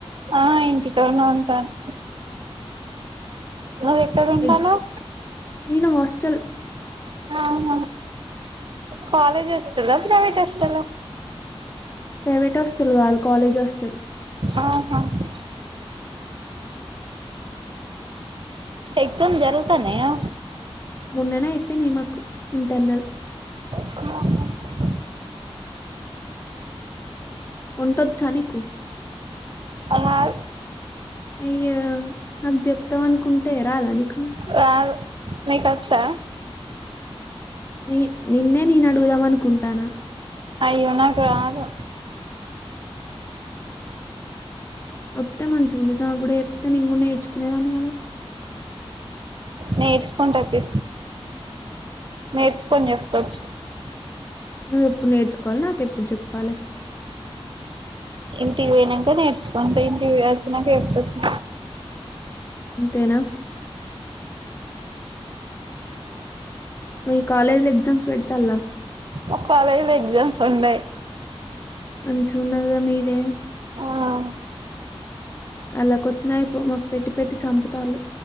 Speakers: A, on the right; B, on the left.
A: ఆహ్ ఇంటి కానే ఉంటాను. మరి ఎక్కడ ఉంటాన్నవ్.
B: ఎగ్ నేను హాస్టల్.
A: ఆహ్. కాలేజ్ హాస్టలా ప్రైవేట్ హాస్టలా.
B: ప్రైవేట్ హాస్టల్ కాదు కాలేజ్ హాస్టల్.
A: ఆహా ఆహ్. ఎగ్జామ్ జరుగుతున్నాయా.
B: మొన్ననే అయిపోయినాయి మాకు ఇంటర్నల్.
A: <inaudible>
B: వంటోచ్చా నీకు.
A: రాదు
B: అయ్యో నాకు చెప్తావ్ అనుకుంటే రాదా నీకు.
A: రాదు నీకొచ్చా.
B: ని నిన్నే నేను అడుగుదాం అనుకోంటానా.
A: అయ్యో నాకు రాదు.
B: ఒతే మంచిగా ఉంది నా కూడా చెప్తే నేను కూడా నేర్చుకునేదాన్ని కదా.
A: నేర్చుకుంటుంటి. నేర్చుకొని చెప్తుంటీ.
B: నువ్వేప్పుడు నేర్చుకోవాలి నాకెప్పుడు చెప్పాలె.
A: ఇంటికి వోయినంక నేర్సుకొని ఇంటికి పోయి ఒచ్చినాంక చెప్తుంటి.
B: అంతేనా. మీ కాలేజీలా ఎగ్జామ్స్ పెడ్తల.
A: ఒకవేళ ఎగ్జామ్స్ ఉన్నాయి.
B: మంచిగున్నది గదా మిదే.
A: ఆ
B: అండ్లకి వచ్చినాయిపోవు మాకు పెట్టి పెట్టి సంపుతాంలు.